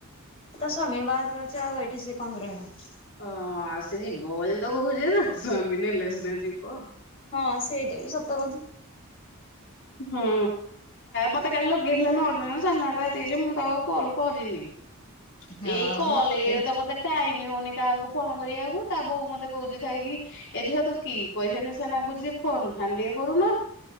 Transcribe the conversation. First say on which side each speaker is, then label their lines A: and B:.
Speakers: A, on the left; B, on the left.
A: ତା ସ୍ୱାମୀ ବାହାରେ ରହିଛି, ଏଇଠି ସିଏ କଣ ପାଇଁ ରହିବ?
B: ହଁ ସିଏ ଯିବ ବୋଲି ତ କହୁଛେ ତା ସ୍ୱାମୀ ନେଲେ ସିନା ଯିବ।
A: ହଁ ସେଇଟା ବି ସତ କଥା।
B: ହୁଁ ମତେ କାଲି ଲଗେଇଥିଲା ନଟା ନା ସାଢ଼େ ନଟା ରାତି ଜେ ମୁଁ ତାକୁ ଆଉ କଲ୍ କରିନି।
A: ହଁ
B: ଏଇ କଲ
A: ମତେ
B: ଏରେ ତ ମତେ <unintelligible> ଟାଇମ ହଉନି କାହାକୁ ଫୋନ କରିବାକୁ। ତା ବୋଉ ମତେ କହୁଛି ଥାଇ କି। ଏ ଝିଅ ତତେ କି ପଇସା ନିଶା ନଗୁଛି ଜେ ଫୋନ ଫାନ ଟିଏ କରୁନୁ।